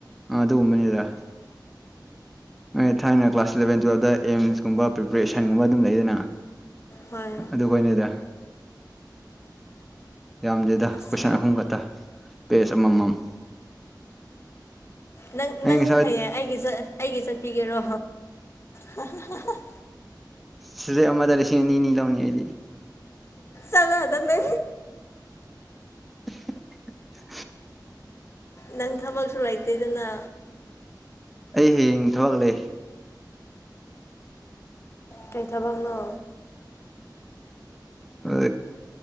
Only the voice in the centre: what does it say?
ꯑ ꯑꯗꯨꯒꯨꯝꯕꯅꯤꯗ ꯍꯣꯏ ꯊꯥꯏꯅ ꯀ꯭ꯂꯥꯁ ꯏꯂꯚꯦꯟ ꯇꯨꯋꯜꯕꯇ ꯑꯦꯝꯁꯀꯨꯝꯕ ꯄ꯭ꯔꯤꯄꯦꯔꯦꯁꯟꯒꯨꯝꯕ ꯑꯗꯨꯝ ꯂꯩꯗꯅ
ꯑꯗꯨ ꯀꯣꯏꯅꯦꯗ ꯌꯥꯝꯗꯦꯗ
ꯀꯣꯏꯁꯟ ꯑꯍꯨꯝ ꯈꯛꯇ ꯄꯦꯖ ꯑꯃꯃꯝ
ꯑꯩ
ꯉꯁꯥꯏ
ꯁꯤꯗꯦ ꯑꯃꯗ ꯂꯤꯁꯤꯡ ꯑꯅꯤꯅꯤ ꯂꯧꯅꯤ ꯑꯩꯗꯤ
<unintelligible>
ꯑꯩ ꯍꯌꯦꯡ ꯊꯕꯛ ꯂꯩ
ꯍ ꯑ